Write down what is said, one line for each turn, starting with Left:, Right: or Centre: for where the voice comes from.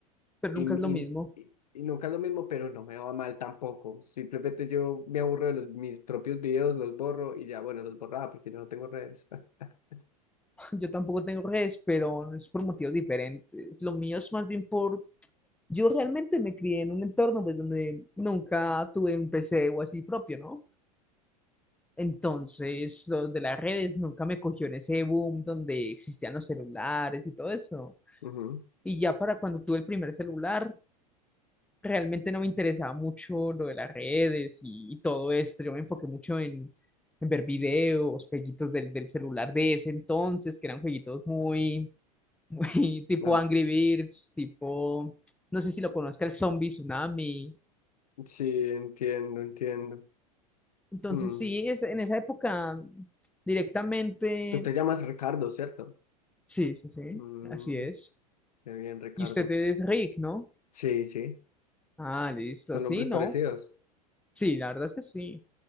Centre: Pero
Left: y,
Centre: nunca es
Left: y-
Centre: lo mismo.
Left: y- y nunca es lo mismo, pero no me va mal tampoco. Simplemente yo me aburro de los, mis propios videos, los borro y ya, bueno, los borraba porque yo no tengo redes. <laughs>
Centre: <laughs> Yo tampoco tengo redes, pero no es por motivos diferentes. Lo mío es más bien por... Yo realmente me crié en un entorno pues, donde nunca tuve un PC o así propio, ¿no? Entonces, los de las redes nunca me cogió en ese boom donde existían los celulares y todo eso.
Left: Ujú.
Centre: Y ya para cuando tuve el primer celular, realmente no me interesaba mucho lo de las redes y, y todo esto. Yo me enfoqué mucho en, en ver videos, jueguitos del, del celular de ese entonces, que eran jueguitos muy, muy <laughs> tipo
Left: Ah,
Centre: Angry Birds, tipo, no sé si lo conozca, el Zombie Tsunami.
Left: Sí, entiendo, entiendo.
Centre: Entonces,
Left: Mm.
Centre: sí, es, en esa época directamente,
Left: Tú te llamas Ricardo, ¿cierto?
Centre: sí, sí, sí,
Left: Mm,
Centre: así es.
Left: qué bien, Ricardo.
Centre: Y usted es Rick, ¿no?
Left: Sí, sí,
Centre: Ah, listo.
Left: son
Centre: Sí,
Left: nombres
Centre: ¿no?
Left: parecidos.
Centre: Sí, la verdad es que sí.